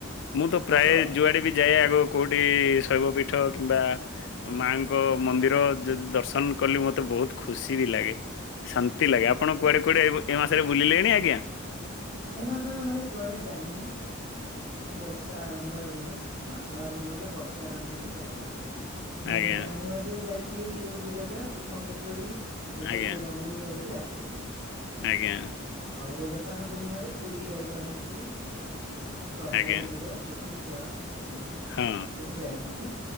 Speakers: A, on the left; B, on the right.
A: ମୁଁ ତ
B: ଆଉ
A: ପ୍ରାୟ
B: ପ୍ରଭୁ
A: ଯୁଆଡେ ବି ଯାଏ ଆଗ କଉଠି ଶୈବ ପୀଠ କିମ୍ବା ମାଙ୍କ ମନ୍ଦିର ଯଦି ଦର୍ଶନ କଲି ମତେ ବହୁତ ଖୁସି ବି ଲାଗେ। ଶାନ୍ତି
B: ହୁଁ
A: ଲାଗେ ଆପଣ କୁଆଡ଼େ କୁଆଡ଼େ ଏ ମାସରେ ବୁଲିଲେଣି ଆଜ୍ଞା?
B: ଏ ମାସରେ ଭାଇ କୁଆଡେ ଯାଇନି। ଏଇ ତ ବର୍ଷା ଆରମ୍ଭ ହେଲା। ମାସ ଆରମ୍ଭ ହେଲା, ବର୍ଷା ଆରମ୍ଭ ହେଲା ଯାଇନି। ମୁଁ
A: ଆଜ୍ଞା
B: ଜାନୁଆରୀରେ ଯାଇଥିଲି ଯୋଉ ବିରଜା କୁଷୁମ ପୋଖରୀ ଏସବୁ
A: ଆଜ୍ଞା
B: ବୁଲାବୁଲି କରିକି ଆସିଥିଲି।
A: ଆଜ୍ଞା।
B: ଆଉ ଦେବସ୍ନାନ ପୂର୍ଣ୍ଣିମାରେ ପୁରୀ ଯାଇପାରିନଥିଲି। ପ୍ରବଳ
A: ଆଜ୍ଞା
B: ଭିଡ ଛୋଟ ଟ ଛୁଆ ଦେହ ସେଥିପାଇଁ
A: ହଁ
B: ଯାଇନଥିଲି।